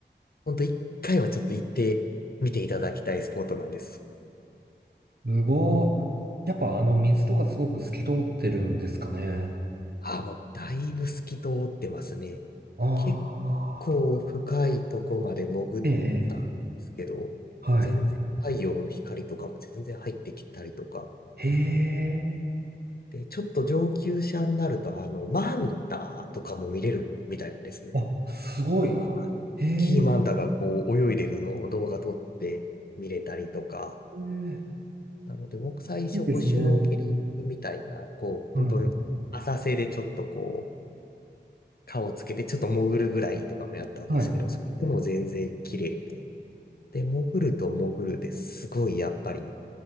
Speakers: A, on the left; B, on the right.
A: ほんと一回はちょっと行ってみていただきたいスポットなんです。
B: すごー。やっぱあの水とかすごく透き通ってるんですかね。
A: ああ、もうだいぶ透き通ってますね。
B: ああ。
A: 結構深いとこまで潜ったんですけど、
B: ええ。ええはい。
A: 全然太陽の光とかも全然入ってきたりとか。
B: へえ。
A: で、ちょっと上級者になると、あの、マンタとかも見れるみたいなんですね。
B: あ、すごい。
A: ああ、
B: へえ。
A: キーマンタがこう泳いでるのを動画撮って見れたりとか。
B: へえ
A: なので、僕最初、
B: いいですね。
A: こう、シュノーケリングみたいな、こう、
B: はい。
A: 本当に浅瀬でちょっとこう、顔をつけてちょっと潜るぐらいとかもやったんですけど、
B: はい。
A: それでも全然綺麗で。で、潜ると潜るですごいやっぱり、